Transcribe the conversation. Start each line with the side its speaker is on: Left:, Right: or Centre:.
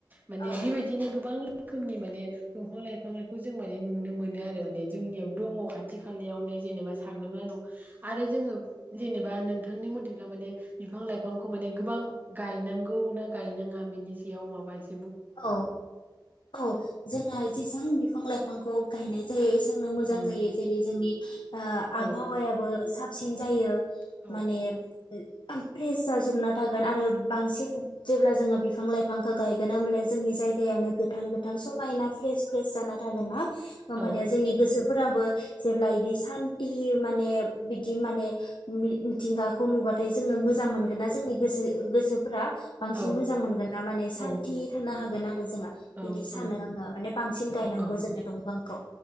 Right: माने
Left: औ
Right: बेबायदिनो गोबां रोखोमनि माने दंफां लाइफांखौ जों माने नुनो मोनो आरो माने जोंनियाव दङ खाथि खालायावनो जेनेबा साग्लोबना दङ आरो जोङो जेनेबा नोंथांनि मथेब्ला माने बिफां लाइफांखौ माने गोबां गायनांगौ ना गायनाङा बिनि सायाव माबासे
Left: औ औ जोंना जेसां बिफां लाइफांखौ गायनाय जायो एसे सोंनो मोजां
Right: उम
Left: जायो जेरै जोंनि ओ
Right: औ
Left: आबहावायाबो सा सिन जायो
Right: औ
Left: माने फ्रेस जाजोबना थागोन आरो बांसिन जेब्ला जोङो बिफां लाइफांखौ गायगोन होमब्ला जोंनि जायगायानो गोथां गोथां समायना फ्रेस फ्रेस जाना थागोन ना होमबानिया
Right: औ
Left: जोंनि गोसो फोराबो जेब्ला इदि सान्थि माने बिदि माने मिथिंगाखौ नुबाथाय जोङो मोजां मोनगोन ना जोंनि गोसो गोसोफोरा बांसिन
Right: औ
Left: मोजां मोनगोन ना माने सान्थि
Right: औ
Left: हागोन आरो जों बिदि
Right: ओं
Left: सानो
Right: औ
Left: आङो माने बांसिन गायनांगौ
Right: औ
Left: जोंङो दंफांखौ